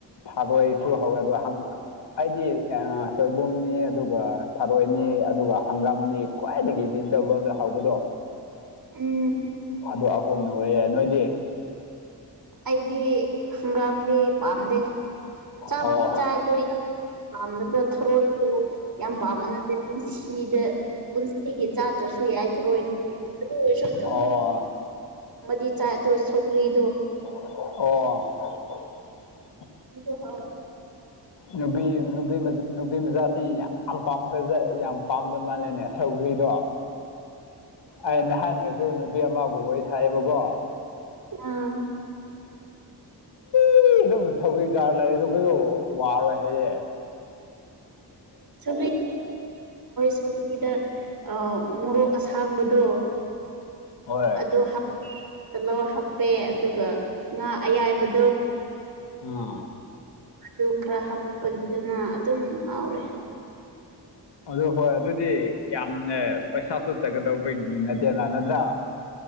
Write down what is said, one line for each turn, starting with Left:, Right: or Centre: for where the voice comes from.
Left: ꯊꯥꯔꯣꯏꯁꯨ ꯍꯧꯋꯦ ꯑ ꯑꯩꯗꯤ ꯁꯣꯏꯕꯨꯝꯅꯤ ꯑꯗꯨꯒ ꯊꯔꯣꯏꯅꯤ ꯑꯗꯨꯒ ꯍꯪꯒꯥꯝꯅꯤ ꯈ꯭ꯋꯥꯏꯗꯒꯤ ꯚꯤꯖꯤꯇꯦꯕꯜꯗ ꯍꯧꯕꯗꯣ
Right: ꯎꯝ
Left: ꯑꯗꯨ ꯑꯍꯣꯡꯅ ꯑꯣꯏꯔꯦ ꯅꯣꯏꯗꯤ
Right: ꯑꯩꯗꯤ ꯍꯪꯒꯥꯝꯗꯤ ꯄꯥꯝꯗꯦ ꯆꯥꯕꯨꯗꯤ
Left: ꯑꯣ
Right: ꯆꯥꯏꯗꯣ ꯌꯥꯝ ꯄꯥꯝꯅꯕ ꯊꯧꯣꯔꯣꯏꯏꯗꯣ ꯌꯥꯝ ꯄꯥꯝꯃꯅꯗꯤꯦ ꯄꯨꯟꯁꯤꯗ ꯄꯨꯟꯁꯤꯒꯤ ꯆꯥꯗ꯭ꯔꯁꯨ ꯌꯥꯏꯊꯔꯣꯏ ꯑꯗꯨ ꯑꯣꯏꯔꯁꯨ ꯑꯗꯨꯝ
Left: ꯑꯣ
Right: ꯑꯃꯗꯤ ꯆꯥꯏ ꯑꯗꯨꯗꯣ ꯁꯧꯒ꯭ꯔꯤꯗꯣ
Left: ꯑꯣ
Right: ꯗ ꯍꯥꯎ
Left: ꯅꯨꯄꯤ ꯅꯨ ꯅꯨꯄꯤ ꯃꯆꯥꯁꯤꯡ ꯌꯥꯝ ꯄꯥꯝꯈ ꯌꯥꯝ ꯄꯥꯝꯕ ꯃꯥꯜꯂꯦꯅꯦ ꯁꯧ ꯅꯨꯏꯗꯣ ꯑꯩ ꯅꯍꯥꯟꯒꯁꯨ ꯅꯨꯄꯤ ꯑꯃꯕꯨ ꯋꯥꯔꯤ ꯁꯥꯏꯌꯦꯕꯀꯣ
Right: ꯑꯥ
Left: ꯑꯩ ꯑꯗꯨꯝ ꯁꯧꯒꯤ ꯆꯥꯔ ꯂꯩꯦ ꯁꯧꯒꯣꯏꯁꯨ ꯋꯥꯔꯣꯏ ꯍꯌꯦꯦ
Right: ꯁ ꯁꯨꯕꯤꯗ ꯑ ꯃꯣꯔꯣꯛ ꯑꯁꯥꯡꯕꯗꯣ
Left: ꯍꯣꯏ
Right: ꯑꯗ ꯇꯂꯣ ꯍꯥꯞꯄꯦ ꯑꯗꯨꯒ ꯉꯥ ꯑꯌꯥꯏꯕꯗꯣ
Left: ꯑ
Right: ꯑꯗꯨ ꯈꯔ ꯍꯥꯞꯄꯒꯤꯗꯅ ꯑꯗꯨꯝ ꯍꯥꯎꯔꯦ
Left: ꯑꯗꯨ ꯍꯣꯏ ꯑꯗꯨꯗꯤ ꯌꯥꯝꯅ ꯄꯩꯁꯥꯁꯨ ꯆꯠꯀꯗꯧꯕꯒꯤ ꯅꯠꯇꯦꯅ ꯅꯠꯇ꯭ꯔꯥ